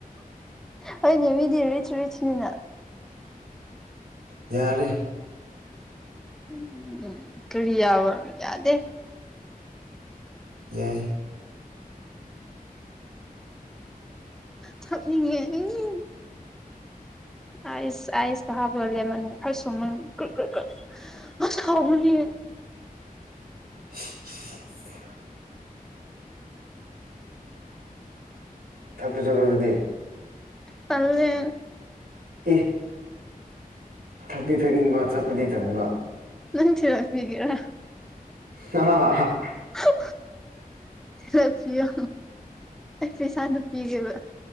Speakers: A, in the centre; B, on the right.
A: ꯍꯣꯏꯅꯦ ꯃꯤꯗꯤ ꯔꯤꯆ ꯔꯤꯆꯅꯤꯅ
B: ꯌꯥꯔꯦ
A: ꯎꯝ ꯀꯔꯤꯌꯥꯕ ꯌꯥꯗꯦ
B: ꯌꯥꯏ
A: ꯊꯛꯅꯤꯡꯉꯦ ꯑꯪ ꯑꯥꯏꯁ ꯑꯥꯏꯁ ꯀ ꯍꯥꯞꯂꯒ ꯂꯦꯃꯟꯒ ꯈꯔ ꯁꯨꯝꯃꯒ ꯒ꯭ꯔꯨꯛꯒ꯭ꯔꯨꯛ ꯍ ꯍꯥꯎꯕꯅꯦ
B: ꯁꯤꯁꯤ ꯊꯛꯄ ꯆꯠꯂꯨ ꯑꯗꯨꯗꯤ
A: ꯇꯜꯂꯦ
B: ꯑꯦ ꯊꯛꯇꯤ ꯊꯛꯅꯤꯡꯕ ꯆꯠꯄꯗꯤ ꯇꯟꯕ
A: ꯅꯪ ꯊꯤꯜꯂꯛꯄꯤꯒꯦꯔꯥ
B: ꯍ ꯍꯥ ꯍꯥ ꯍꯥ
A: ꯍ ꯊꯤꯜꯂꯛꯄꯤꯌꯣ ꯑꯩ ꯄꯩꯁꯥꯗꯣ ꯄꯤꯒꯦꯕ